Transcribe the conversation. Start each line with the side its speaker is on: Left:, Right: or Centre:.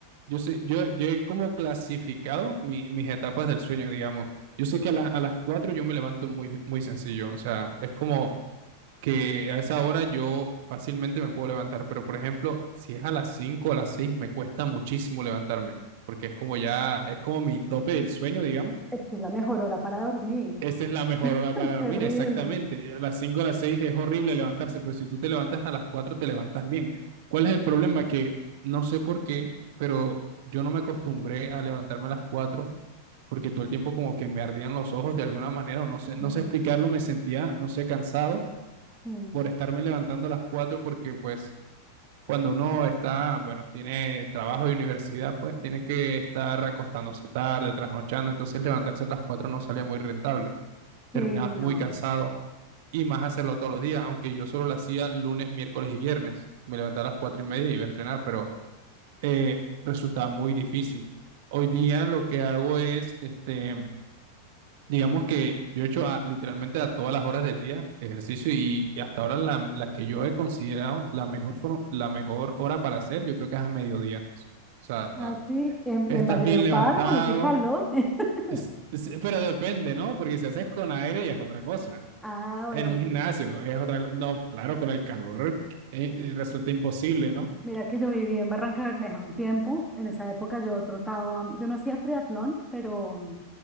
Right: yo sé, yo, yo he como clasificado mi- mis etapas del sueño, digamos. Yo sé que a, la- a las 4 yo me levanto muy, muy sencillo, o sea, es como que a esa hora yo fácilmente me puedo levantar, pero por ejemplo, si es a las 5 o a las 6 me cuesta muchísimo levantarme, porque es como ya, es como mi tope del sueño, digamos.
Centre: Es que es la mejor hora para dormir.
Right: Esa es la mejor hora
Centre: <laughs>
Right: para
Centre: Es
Right: dormir,
Centre: terrible.
Right: exactamente. A las 5 o a las 6 es horrible levantarse, pero si tú te levantas a las 4 te levantas bien. ¿Cuál es el problema? Que no sé por qué, pero yo no me acostumbré a levantarme a las 4 porque todo el tiempo como que me ardían los ojos de alguna manera, o no sé, no
Centre: Mm,
Right: sé explicarlo, me sentía, no sé, cansado
Centre: mm.
Right: por estarme levantando a las 4 porque pues cuando uno está, bueno, tiene trabajo y universidad, pues tiene que estar acostándose tarde, trasnochando, entonces levantarse a las 4 no salía muy rentable,
Centre: Sí,
Right: terminabas
Centre: no.
Right: muy cansado y más hacerlo todos los días, aunque yo solo lo hacía lunes, miércoles y viernes, me levantaba a las 4 y media y iba a entrenar, pero eh, resultaba muy difícil. Hoy día lo que hago es, este, Digamos que yo he hecho a- literalmente a todas las horas del día ejercicio y, y hasta ahora la, la que yo he considerado la mejor, for- la mejor hora para hacer, yo creo que es a mediodía. O sea,
Centre: Así, en-
Right: estás
Centre: y en Valledupar
Right: bien levantado,
Centre: con ese calor. <laughs>
Right: es- es- pero depende, ¿no? Porque si haces con aire ya es otra cosa.
Centre: Ah, bueno,
Right: En un gimnasio
Centre: sí, sí.
Right: es otra cosa. No, claro, con el calor eh, eh, resulta imposible, ¿no?
Centre: Mira que yo viví en Barranca Bermeja un tiempo. En esa época yo trotaba, yo no hacía triatlón, pero